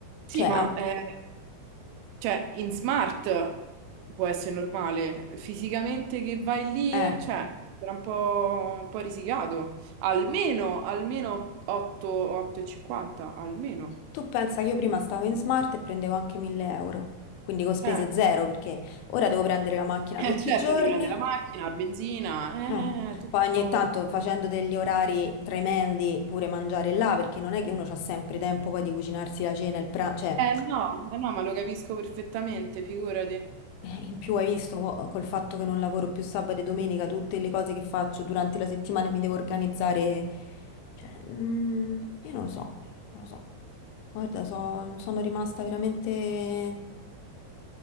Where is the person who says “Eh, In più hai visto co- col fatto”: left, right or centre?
Left